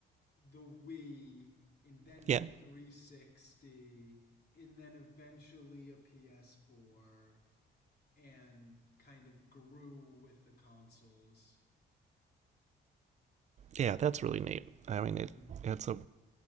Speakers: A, on the left; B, on the right.
A: the Wii and then
B: Yeah.
A: the 360 and then eventually a PS4 and kind of grew with the consoles.
B: Yeah, that's really neat. I mean,
A: hmm
B: it, it's a.